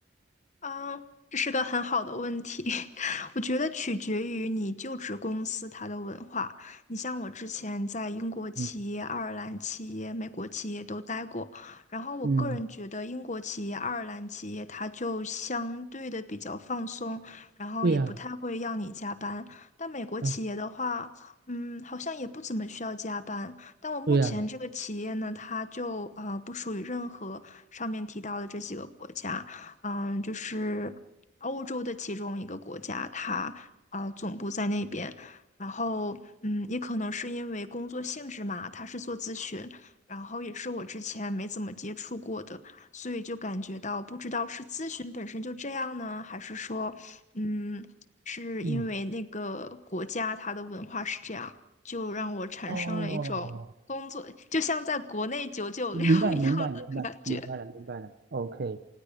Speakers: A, on the left; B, on the right.
A: 嗯，这是个很好的问题，<laughs> 我觉得取决于你就职公司它的文化。你像我之前在英国企业、
B: 嗯
A: 爱尔兰企业、美国企业都待过，然后我个人觉得英国企业、
B: 嗯，
A: 爱尔兰企业它就相对的比较放松，然后也不太会要你加班。
B: 对呀，
A: 但美国企业的话，
B: 嗯，
A: 嗯，好像也不怎么需要加班。但我目前这个企业呢，
B: 对呀，
A: 它就呃不属于任何上面提到的这几个国家。嗯，就是欧洲的其中一个国家，它呃总部在那边。然后，嗯，也可能是因为工作性质嘛，他是做咨询，然后也是我之前没怎么接触过的，所以就感觉到不知道是咨询本身就这样呢，还是说，嗯，是因为那个国家它的文化是这样，
B: 嗯，
A: 就让我产生了一种工作，
B: 哦，
A: 就像在国内九九六一样的感觉。
B: 明白，明白，明白，明白了，明白了。OK，